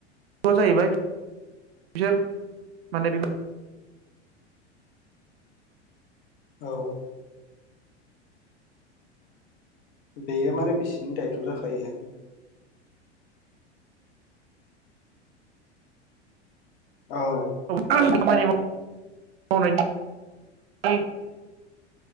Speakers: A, on the right; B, on the left.
A: जाहैबाय बिसोर माने
B: औ बेयो माने बिसिनि दायथ जाखायो औ
A: <unintelligible> खामानि मावनायनि